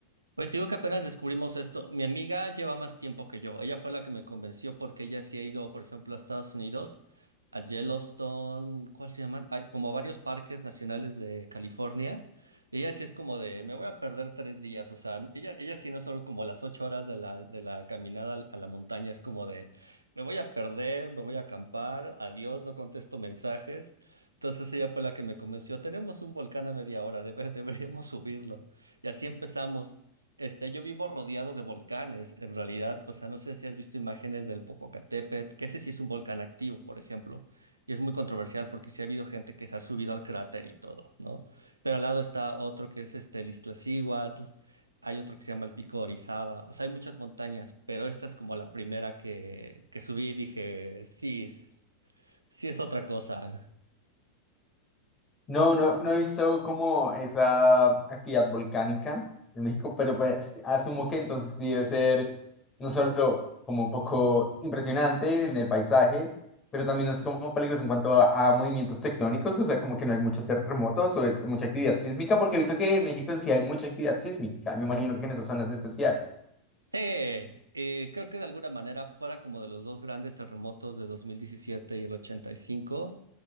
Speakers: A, on the right; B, on the left.
A: Pues te digo que apenas descubrimos esto. Mi amiga lleva más tiempo que yo. Ella fue la que me convenció porque ella sí ha ido, por ejemplo, a Estados Unidos, a Yellowstone, ¿cuál se llaman? Hay como varios parques nacionales de California. Ella sí es como de, me voy a perder tres días. O sea, ella, ella sí no es solo como las ocho horas de la, de la caminada al- a la montaña, es como de, me voy a perder, me voy a acampar, adiós, no contesto mensajes. Entonces ella fue la que me convenció. Tenemos un volcán a media hora, debe- deberíamos subirlo. Y así empezamos. Este, yo vivo rodeado de volcanes, en realidad, o sea, no sé si has visto imágenes del Popocatépetl, que ese sí es un volcán activo, por ejemplo, y es muy controversial porque sí ha habido gente que se ha subido al cráter y todo, ¿no? Pero al lado está otro que es este, el Iztaccíhuatl, hay otro que se llama el Pico de Orizaba, o sea, hay muchas montañas, pero esta es como la primera que, que subí y dije, sí, es- sí es otra cosa.
B: No, no, no he visto como esa actividad volcánica de México, pero pues asumo que entonces sí debe ser no solo como un poco impresionante en el paisaje, pero también es como peligroso en cuanto a, a movimientos tectónicos, o sea, como que no hay muchos terremotos o es mucha actividad sísmica, porque he visto que en México en sí hay mucha actividad sísmica, me imagino que en esas zonas en especial.
A: Sí, eh, creo que de alguna manera fuera como de los dos grandes terremotos de 2017 y el 85.